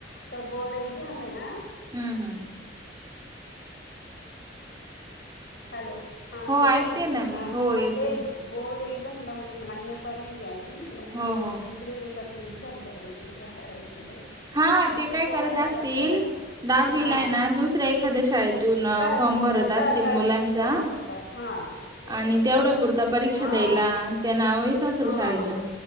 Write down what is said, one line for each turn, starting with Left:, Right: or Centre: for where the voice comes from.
Left: तो बोर्ड एक्झाम आहे ना.
Right: हम्म हम्म.
Left: हॅलो. हा
Right: हो
Left: येतोय
Right: ऐकते
Left: ना
Right: मी
Left: हा,
Right: हो येतय
Left: ते बोर्ड एक्झामला म्हणे मान्यता नाही ये अजून ते मुलं
Right: हो हो
Left: त तिकडे नेता ते एक्झाम द्यायलं दुसऱ्या शाळेमध्ये.
Right: हा
Left: तर फक्त
Right: ते काय
Left: तेवढा
Right: करतं
Left: तपास
Right: असतील
Left: करायचा
Right: दहाविला
Left: हां
Right: येना दुसऱ्या एखाद्या शाळेत तुन
Left: शाळेत
Right: फॉर्म भरत असतील
Left: हां शाळेतून
Right: मुलांचा.
Left: फॉर्म भरतात हां
Right: आणि तेवढ्या
Left: तर
Right: पुरता परीक्षा
Left: हां
Right: द्यायला त्या नाव असल
Left: हां
Right: शाळेच,
Left: हां